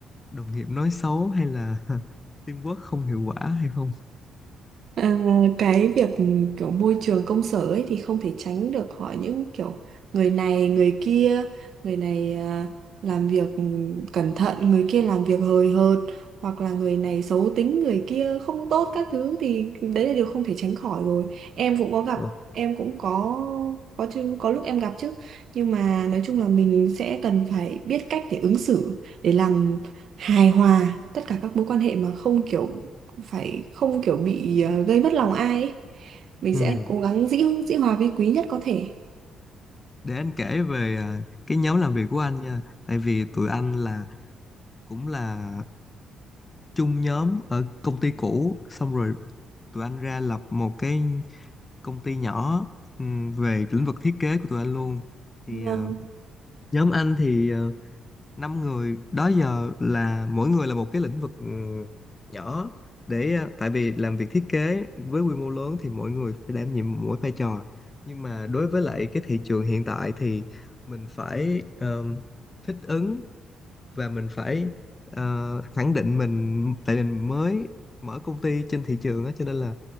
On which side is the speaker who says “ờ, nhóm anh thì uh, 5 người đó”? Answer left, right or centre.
Left